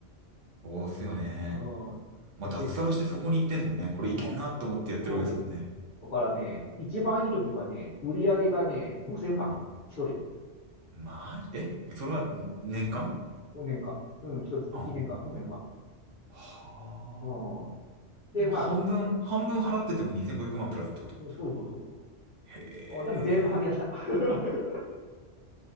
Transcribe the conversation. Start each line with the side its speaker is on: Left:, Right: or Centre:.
Right: そうっすよね。
Left: うん。
Right: まあ、
Left: だってね、
Right: 脱サラしてそこに行ってんすもんね。これいけんなって思ってやってるわけですもんね。
Left: うん、うん。だからね、一番いい時はね、売り上げがね、5000万、
Right: あ、
Left: 一人、
Right: マジ、え、それは、ん年間
Left: 年間。うん、一つ、一年間5000万。
Right: あ、はあ。
Left: うん。で、
Right: まあ、
Left: まあ、
Right: 半分、半分払ってても2500万プラスってこと。
Left: そうそうそ
Right: へ
Left: う。でも全部吐き出した。
Right: え。
Left: <laughs>